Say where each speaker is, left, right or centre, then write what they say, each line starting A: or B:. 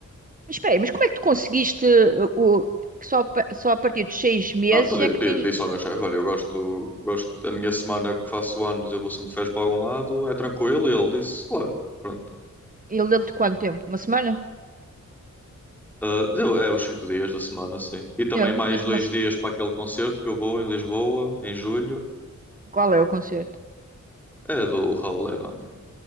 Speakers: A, on the right; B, in the centre.
A: Mas espera aí, mas como é que tu conseguiste uh, o... porque Só, pa- só a partir dos seis meses
B: Ah, pedi,
A: é que
B: di-
A: tens...
B: disse ao meu chefe, olha, eu gosto, gosto da minha semana que faço anos, eu vou sempre de férias para algum lado, é tranquilo, e ele disse, claro, pronto.
A: Ele deu-te quanto tempo? Uma semana?
B: Ah, deu- é os cinco dias da semana, sim. E também
A: É,
B: mais
A: Deu-te
B: dois
A: uma... se-
B: dias para aquele concerto que eu vou em Lisboa, em julho.
A: Qual é o concerto?
B: É do Raul Alejandro.